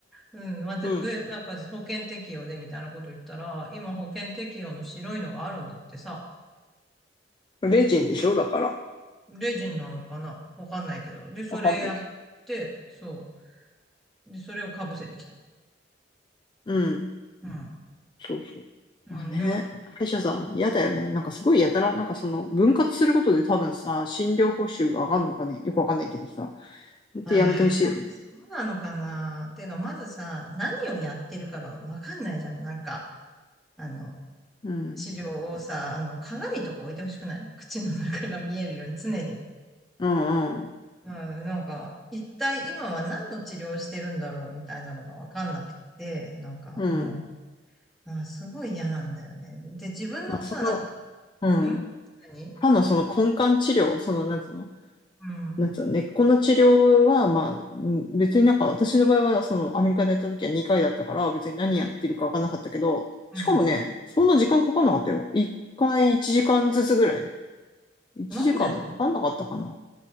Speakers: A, in the centre; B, on the left.
A: うん、まあ、ぜで、
B: うん。
A: なんか保険適用でみたいなこと言ったら、今保険適用の白いのがあるんだってさ、
B: レジンでしょだから。
A: レジンなのかなわかんないけど。で、それやって、
B: わかんないけど。
A: そう。で、それをかぶせてきた。
B: うん。
A: うん。
B: そうそう。
A: うん、
B: まあね。
A: でも、
B: 歯医者さん、嫌だよね。なんかすごいやたら、なんかその分割することで多分さ、診療報酬が上がるのかね。よくわかんないけどさ。ほんやめてほしいよね。
A: あー、そうなのかなていうか、まずさ、何をやってるかがわかんないじゃん。なんか、あの、
B: うん。
A: 治療をさ、あの、鏡とか置いてほしくない口の中が見えるように常に。
B: うん、うん、
A: うん、なんか、一体今は何の治療してるんだろうみたいなのがわかんなくて、なんかも
B: うん。
A: う、あー、すごい嫌なんだよね。で、自分のさ、
B: まあ、その、
A: なんか、
B: うん。
A: ん何
B: 歯のその根幹治療、その、なんつうの、
A: うん。
B: なんつうの、根っこの治療は、まあ、ん別になんか私の場合は、その、アメリカでやった時は2回だったから、別に何やってるかわかんなかったけど、
A: う
B: しかもね、
A: ん。うん
B: そんな時間かかんなかったよ。1回1時間ずつぐらい。1時間もかかんなかったかな。
A: なんでだろ